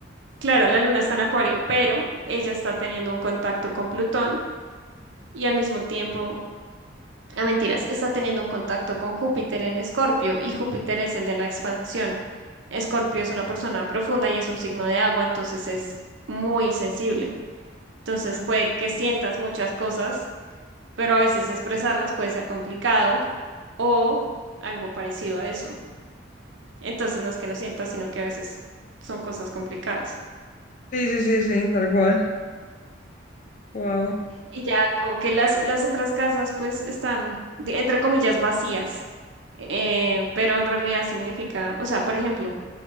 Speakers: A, on the right; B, on the left.
A: claro, la luna está en Acuario, pero ella está teniendo un contacto con Plutón y al mismo tiempo, a mentiras, está teniendo un contacto con Júpiter en Escorpio y Júpiter es el de la expansión. Escorpio es una persona profunda y es un signo de agua, entonces es muy sensible. Entonces
B: Mm.
A: puede que sientas muchas cosas pero a veces expresarlas puede ser complicado o algo parecido a eso. Entonces no es que no sienta, sino que a veces son cosas complicadas.
B: Sí, sí, sí, sí, tal cual. Wow.
A: Y ya como que las, las otras casas pues están, de- entre comillas, vacías, eh, pero en realidad significa, o sea, por ejemplo,